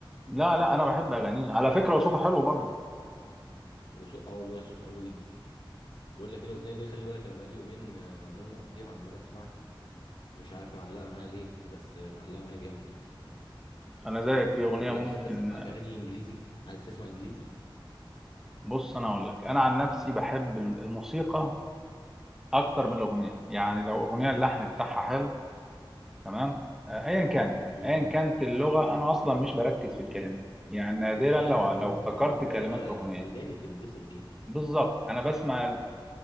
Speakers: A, in the centre; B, on the left.
A: لا لا انا بحب اغانيه على فكرة وصوته حلو برضه
B: وصو... اه والله صوته حلو جدا بقول لك إيه الاغنيه دي خلي بالك انا بقالي يومين آه، عمال مقضيها عمال اسمعها مش عارف معلقه معايا ليه بس آه، معلقه معايا جامد يعني
A: انا زيك في اغنية
B: ولا
A: ممكن
B: تحب اسمعك اغاني انجليزي عايز تسمع انجليزي
A: بص انا اقول لك انا عن نفسي بحب الموسيقى اكتر من الاغنية يعني لو اغنية اللحن بتاعها حلو تمام آه، ايا كانت
B: امم
A: ايا كانت اللغة انا اصلا مش بركز في الكلمة يعني نادرا
B: اه
A: لو لو
B: انت
A: افتكرت
B: اديني اغنيه
A: كلمات اغنية
B: وداني تتبسط بيها
A: بالظبط انا بسمع